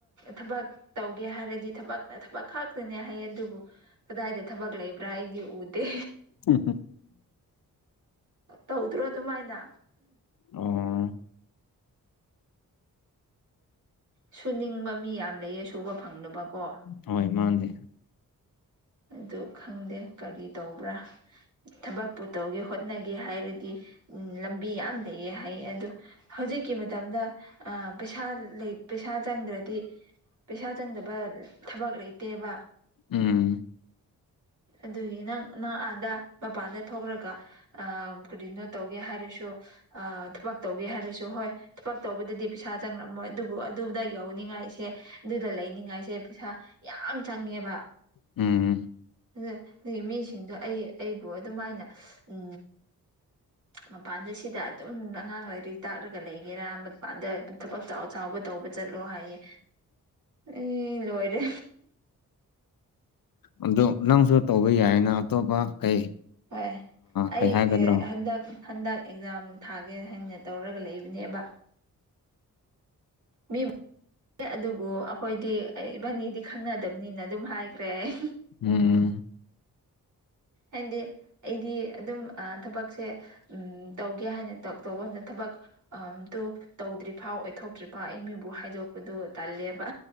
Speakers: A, on the right; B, on the left.
A: ꯊꯕꯛ ꯇꯧꯒꯦ ꯍꯥꯏꯔꯗꯤ ꯊꯕꯛ ꯊꯕꯛ ꯈꯛꯇꯅꯦ ꯍꯥꯏꯌꯦ ꯑꯗꯨꯕꯨ ꯀꯗꯥꯏꯗ ꯊꯕꯛ ꯂꯩꯕ꯭ꯔꯥ ꯑꯩꯗꯤ ꯎꯗꯦ
B: ꯎꯝ
A: ꯇꯧꯗ꯭ꯔꯣ ꯑꯗꯨꯃꯥꯏꯅ
B: ꯑꯣ
A: ꯁꯨꯅꯤꯡꯕ ꯃꯤ ꯌꯥꯝ ꯂꯩꯌꯦ ꯁꯨꯕ ꯐꯪꯗꯕ ꯀꯣ
B: ꯍꯣꯏ ꯃꯥꯅꯦ
A: ꯑꯗꯨ ꯈꯪꯗꯦ ꯀꯔꯤ ꯇꯧꯕ꯭ꯔꯥ ꯊꯕꯛ ꯄꯨꯨ ꯇꯧꯒꯦ ꯍꯣꯠꯅꯒꯦ ꯍꯥꯏꯔꯗꯤ ꯎꯝ ꯂꯝꯕꯤ ꯌꯥꯝ ꯂꯩꯑꯦ ꯍꯥꯏꯌꯦ ꯑꯗꯨ ꯍꯧꯖꯤꯛꯀꯤ ꯃꯇꯝꯗ ꯄꯩꯁꯥ ꯄꯩꯁꯥ ꯆꯪꯗ꯭ꯔꯗꯤ ꯄꯩꯁꯥ ꯆꯪꯗꯕ ꯊꯕꯛ ꯂꯩꯇꯦꯕ
B: ꯎꯝ
A: ꯑꯗꯨꯒꯤ ꯅꯪ ꯅꯪ ꯑꯥꯗ ꯃꯄꯥꯟꯗ ꯊꯣꯛꯂꯒ ꯀꯔꯤꯅꯣ ꯇꯧꯒꯦ ꯍꯥꯏꯔꯁꯨ ꯊꯕꯛ ꯇꯧꯒꯦ ꯍꯥꯏꯔꯁꯨ ꯍꯣꯏ ꯊꯕꯛ ꯇꯧꯕꯗꯗꯤ ꯄꯩꯁꯥ ꯆꯪꯉꯔꯝꯃꯣꯏ ꯑꯗꯨꯕꯨ ꯑꯗꯨꯗ ꯌꯧꯅꯤꯡꯉꯥꯏꯁꯦ ꯑꯗꯨꯗ ꯂꯩꯅꯤꯡꯉꯥꯏꯁꯦ ꯄꯩꯁꯥ ꯌꯥꯝ ꯆꯪꯉꯦꯕ
B: ꯎꯝ
A: ꯑꯗꯒꯤ ꯃꯤꯁꯤꯡꯗꯣ ꯑꯩ ꯑꯩꯕꯨ ꯑꯗꯨꯃꯥꯏꯅ ꯎ ꯃꯄꯥꯟꯗ ꯁꯤꯗ ꯑꯗꯨꯝ ꯑꯉꯥꯡ ꯂꯥꯏꯔꯤꯛ ꯇꯥꯛꯂꯒ ꯂꯩꯒꯦꯔꯥ ꯃꯄꯥꯟꯗ ꯑꯗꯨꯝ ꯊꯕꯛ ꯆꯥꯎ ꯆꯥꯎꯕ ꯇꯧꯕ ꯆꯠꯂꯣ ꯍꯥꯏꯌꯦ
B: <unintelligible>
A: ꯑꯩ ꯂꯣꯏꯔꯦ
B: ꯑꯗꯨ ꯅꯪꯁꯨ ꯇꯧꯕ ꯌꯥꯏꯅ ꯑꯇꯣꯞꯄ ꯀꯩ
A: ꯍꯣꯏ ꯑꯩ
B: ꯀꯩ ꯍꯥꯏꯒꯗ꯭ꯔꯣ
A: ꯍꯟꯗꯛ ꯍꯟꯗꯛ ꯑꯦꯛꯖꯥꯝ ꯊꯥꯒꯦ ꯍꯥꯏꯅ ꯇꯧꯔꯒ ꯂꯩꯕꯅꯦꯕ ꯃꯤ ꯑꯗꯨꯕꯨ ꯑꯩꯈꯣꯏꯗꯤ ꯑꯩ ꯏꯕꯥꯅꯤꯗꯤ ꯈꯪꯅꯗꯕꯅꯤꯅ ꯑꯗꯨꯝ ꯍꯥꯏꯈ꯭ꯔꯦ ꯑꯩ
B: ꯎꯝ
A: ꯍꯥꯏꯗꯤ ꯑꯩꯗꯤ ꯑꯗꯨꯝ ꯊꯕꯛꯁꯦ ꯎꯝ ꯇꯧꯒꯦ ꯍꯥꯏꯅ ꯇꯧꯕ ꯃꯇꯝꯅ ꯊꯕꯛ ꯇ ꯇꯧꯗ꯭ꯔꯤꯐꯥꯎ ꯑꯣꯏꯊꯣꯛꯇ꯭ꯔꯤꯐꯥꯎ ꯑꯩ ꯃꯤꯕꯨ ꯍꯥꯏꯗꯣꯛꯄꯗꯨ ꯇꯜꯂꯦꯕ